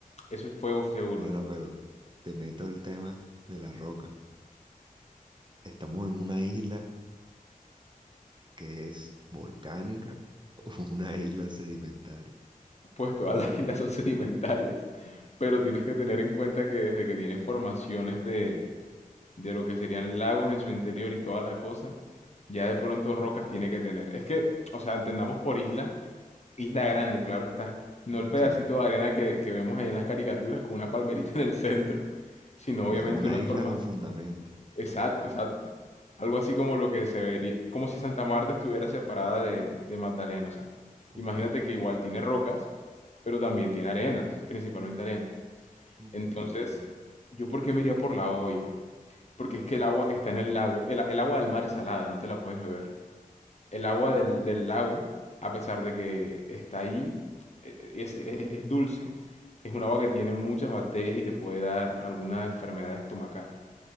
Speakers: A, on the left (about 50°); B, on the right (about 30°).
A: Eso es fuego seguro.
B: Bueno, pero te meto el tema de la roca. Estamos en una isla que es volcánica o <laughs> una isla sedimentaria.
A: pues todas las <laughs> islas son sedimentarias, pero tienes que tener en cuenta que desde que tiene formaciones de, de lo que serían lagos en su interior y toda la cosa, ya de pronto rocas tiene que tener. Es que, o sea, entendamos por isla, isla grande, claro está, no el pedacito
B: Sí,
A: de arena que, que vemos ahí en las caricaturas con una palmerita en el centro, sino obviamente
B: una
A: una
B: isla
A: forma...
B: con fundamento.
A: Exacto, exacto. Algo así como lo que se vería, como si Santa Marta estuviera separada de, de Magdalena, o sea,
B: Ok,
A: imagínate que igual tiene rocas, pero también tiene arenas, principalmente arenas.
B: ok,
A: Entonces,
B: ok.
A: ¿yo por qué me iría por la olla? Porque es que el agua que está en el lago, el, el agua del mar es salada, no te la puedes beber. El agua del, del lago, a pesar de que está ahí, e- e- es, es- es dulce, es un agua que tiene muchas bacterias y te puede dar alguna enfermedad estomacal.